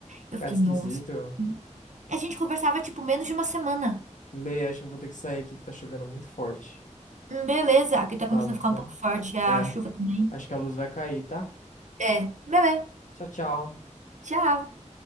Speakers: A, on the right (about 70°); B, on the left (about 80°).
A: Eu fiquei,
B: Cara esquisito.
A: nossa. A gente conversava, tipo, menos de uma semana.
B: Lê, acho que eu vou ter que sair aqui que tá chovendo muito forte.
A: Hum, Beleza, aqui tá
B: Tá
A: começando
B: bom.
A: a ficar um pouco forte a
B: É,
A: chuva também.
B: acho que a luz vai cair, tá?
A: É, beleza.
B: Tchau, tchau.
A: Tchau.